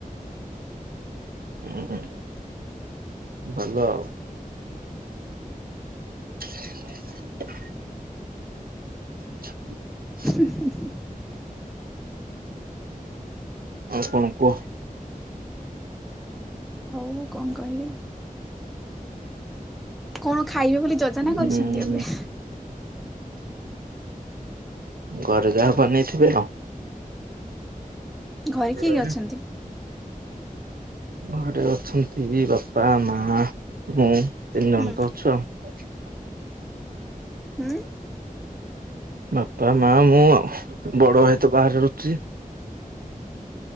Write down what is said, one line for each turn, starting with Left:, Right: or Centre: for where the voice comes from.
Right: ଉ ହୁଁ ଭଲ ଆଉ। <inaudible> <inaudible>
Centre: ହୁ ହୁ ହୁ।
Right: ଆଉ କଣ କୁହ?
Centre: ମୁଁ କଣ କହିବି? କଣ ଖାଇବେ ବୋଲି ଯୋଜନା କରିଛନ୍ତି
Right: ଉଁ
Centre: ଏବେ?
Right: ଘରେ ଯାହା ବନେଇଥିବେ ଆଉ।
Centre: ଘରେ
Right: <unintelligible>
Centre: କିଏ କିଏ ଅଛନ୍ତି?
Right: ଘରେ ଅଛନ୍ତି ବାପା ମା ମୁଁ। ତିନି
Centre: ହୁଁ
Right: ଜଣତ ଅଛୁ ଆଉ।
Centre: ହୁଁ
Right: ବାପା ମା ମୁଁ ଆଉ ବଡ଼ଭାଇ ତ ବାହାରେ ରହୁଛି।